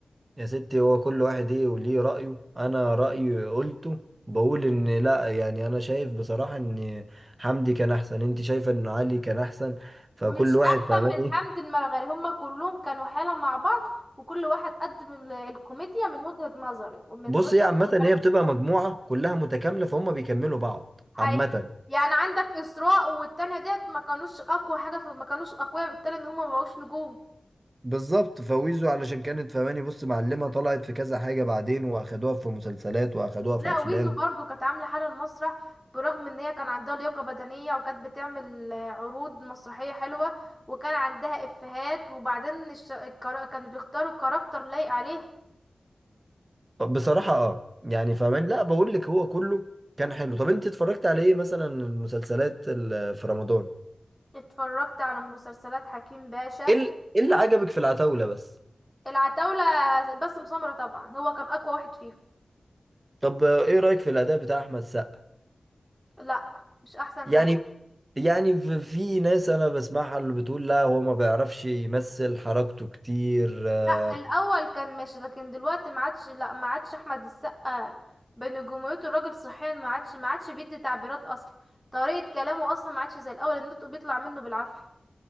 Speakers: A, on the right; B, in the centre.
A: يا ستي هو كل واحد ايه وليه رأيه انا رأيي قلته بقول ان لا يعني انا شايف بصراحة ان حمدي كان احسن انت شايفة ان علي كان احسن فكل
B: مش
A: واحد
B: احسن
A: فاهمان
B: من
A: ايه
B: حمد المرغني هما كلهم كانوا حالة مع بعض وكل واحد قدم ال- الكوميديا من وجهة نظري ومن
A: بص
B: وجهة
A: ايه عامة هي بتبقى مجموعة كلها متكاملة فهم بيكملوا بعض
B: حقيقي
A: عامة
B: يعني عندك اسراء والتانية ديت ما كانوش اقوى حاجة في ما كانوش اقوياء بالتالي ان هما ما بقوش نجوم
A: بالظبط فويزو علشان كانت فهماني بص معلمة طلعت في كذا حاجة بعدين واخدوها في مسلسلات واخدوها
B: لا
A: في افلام
B: ويزو برضو كانت عاملة حالة المسرح برغم ان هي كان عندها لياقة بدنية وكانت بتعمل آه، عروض مسرحية حلوة وكان عندها افيهات وبعدين الش... الكرا... كانوا بيختاروا كاركتر لايق عليه
A: بصراحة اه يعني فهمان لا بقول لك هو كله كان حلو طب انت اتفرجت على ايه مثلا المسلسلات ال- في رمضان
B: اتفرجت على مسلسلات حكيم باشا
A: ايه ال- إيه اللي عجبك في العتاولة بس
B: العتاولة باسم سمرة طبعا هو كان اقوى واحد فيهم
A: طب آه، ايه رأيك في الأداء بتاع أحمد سقا
B: لا مش احسن
A: يعني
B: حاجة
A: يعني في في ناس انا بسمعها اللي بتقول لا هو ما بيعرفش يمثل حركته كتير آه،
B: لا الاول كان ماشي لكن دلوقتي ما عادش لا ما عادش احمد السقا بنجوميته الراجل صحيا ما عادش ما عادش بيدي تعبيرات اصلا طريقة كلامه اصلا ما عادش زي الاول النطق بيطلع منه بالعافية